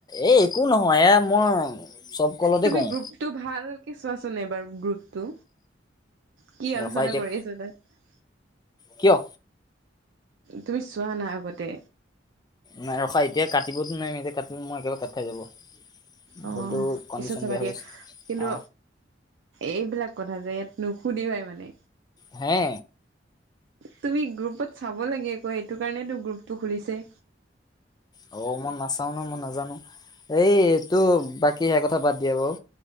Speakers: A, on the left; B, on the right.
A: এ একো নহয় এ মই চব কলতে
B: তুমি
A: কওঁ
B: গ্ৰুপটো ভালক চোৱাচোন এবাৰ গ্ৰুপটো। কি আলোচনা
A: ৰখা এতিয়া
B: কৰি আছে তাত।
A: কিয়
B: তুমি চোৱা না আগতে।
A: নাই ৰখা এতিয়া কাটিবতো নোৱাৰিম। এতিয়া কাটিলে মই একেবাৰে কাট খাই যাব। মোবাইলটো
B: অ'
A: কণ্ডিচন
B: পিছত চাবা
A: বেয়া
B: দিয়া।
A: হৈ আছে
B: কিন্তু
A: অ
B: এইবিলাক কথা যে ইয়াত নুসুধিবাই মানে।
A: হে
B: তুমি গ্ৰুপত চাব লাগে আকৌ, সেইটো কাৰণেতো গ্ৰুপটো খুলিছে।
A: অ মই নাচাও ন মই নাজানো এইটো বাকী সে কথা বাদ দিয়ে বাৰু।